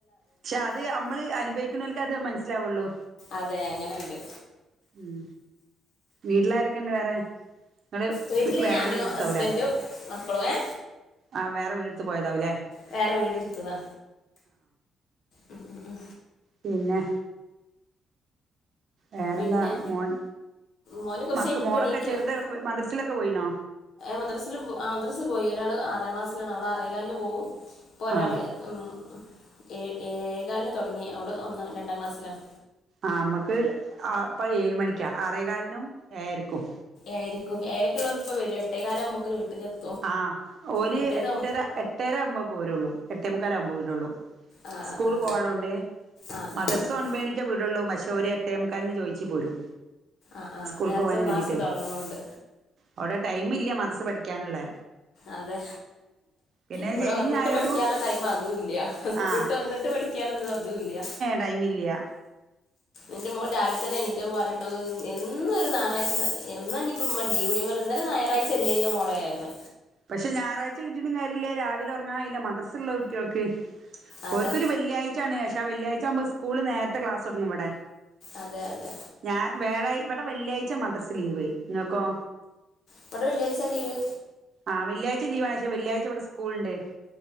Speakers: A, on the right (about 60°); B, on the left (about 70°).
A: പക്ഷെ അത് നമ്മള് അനുഭവിക്കുന്നോൽക്കെ അത് മനസ്സിലാവൊള്ളൂ
B: അതെ അങ്ങനെണ്ട്
A: ഉം വീട്ടിലാരൊക്കെണ്ട് വേറെ നിങ്ങൾ
B: വീട്ടില്
A: വേറെ
B: ഞാനും
A: വീടെടുത്താവും
B: ഹസ്ബൻഡും
A: ല്ലേ
B: മക്കളും ഏ
A: ആഹ് വേറെ വീടെടുത്ത് പോയതാവും ല്ലേ
B: വേറെ വീടെടുത്തതാ ഉം ഉം ഉം
A: പിന്നെ വേറെന്താ
B: പിന്നെ
A: മോൻ
B: മോന് കുറച്ച്
A: മക്ക്
B: കഴിഞ്ഞപ്പോ
A: മോളൊക്കെ
B: എണീക്കും
A: ചെറുത മദ്രസിലൊക്കെ പോയിണോ.
B: മദ്രസിൽ ആഹ് മദ്രസിൽ പോയി ഒരാൾ ആറാം ക്ലാസ്സിലാണ് അവൾ അറേകാലിന് പോകു ഇപ്പോൾ ഒരാൾ
A: ആഹ്
B: ഉം ഏയേകാലിന് തൊടങ്ങി അവള് ഒന്ന് രണ്ടാം ക്ലാസ്സിലാണ്
A: ആഹ് നമക്ക്പ്പ ഏഴ് മണിക്കാ ആറേ കാലിനും ആഹ് ഏയരക്കും
B: ഏയരക്കും ഏയരക്കുള്ളവർ ഇപ്പ വരും എട്ടേകാലകുബൊക്ക്ൻ വീട്ട്ക്ക് എത്തും
A: ആഹ് ഓല്
B: മറ്റേത്
A: എട്ടര
B: ആ
A: എട്ടര ആവുമ്പോ പോരൊള്ളൂ എട്ടേമുക്കാല ആവുമ്പോ വിടെ ള്ളൂ
B: ആ
A: സ്കൂൾ
B: ആ ആ
A: പോവളോണ്ട്
B: ആ
A: മദർസോ
B: ആ
A: ഒൻബേണിക്ക വിടൊള്ളൂ പക്ഷേ ഓര് എട്ടേം മുക്കാലിൻ ചോദിച്ചു പോരും
B: ആഹ് ആഹ്
A: സ്കൂൾക്ക്
B: നേരത്തെ
A: പോകാൻ
B: ക്ലാസ്സ്
A: വേണ്ടിയിട്ടേ
B: തുടങ്ങുന്ന കൊണ്ട്.
A: അവിടെ ടൈം ഇല്ല മദ്രസ്സ് പഠിക്കാനുള്ളേ.
B: അതെ
A: പിന്നെ
B: ഇവിടെ
A: ശനിയും
B: വന്നിട്ട്
A: ഞായറും
B: പഠിക്കാനുള്ള ടൈം അതും ഇല്ല സ്കൂളിട്ട്
A: ആ
B: വന്നിട്ട് പഠി പഠിക്യയുള്ളത് അതും ഇല്ല.
A: ടൈം മില്ല്യാ.
B: എന്റെ മോൻ രാവിലെ തന്നെ എണീറ്റപ്പോ പറയുണ്ട് എന്നും ഈ ഞായറാഴ്ച എന്നാ ഇനി ത്തു ഉമ്മ ലീവ് ഞാൻ പറഞ്ഞു ഇന്നലെ ഞായറാഴ്ച അല്ലേയ്നിയോ മോളേ പറഞ്ഞു.
A: പക്ഷെ ഞായറാഴ്ച കിട്ടിയിട്ടും കാര്യമില്ല രാവിലെ ഉറങ്ങാകയ്യുല മദ്രസ്സുള്ള കുട്ടികൾക്ക്.
B: അതെ
A: ഒര്ക്കൊരു വെള്ളിയാഴ്ചയാണ് പക്ഷെ ആഹ് വെള്ളിയാഴ്ച ആകുമ്പോ സ്കൂള് നേരത്തെ ക്ലാസ് തുടുങ്ങും ഇവിടെ.
B: അതെ അതെ.
A: ഞാൻ വേഴ ഇവിടെ വെള്ളിയാഴ്ച മദ്രസ്സ് ലീവ് നിങ്ങൾക്കോ?
B: ഇവിടെ വെള്ളിയാഴ്ച്ചയാ ലീവ്.
A: ആഹ് വെള്ളിയാഴ്ച ലീവാണ് പക്ഷെ വെള്ളിയാഴ്ച ഇവിടെ സ്കൂള് ഉണ്ട്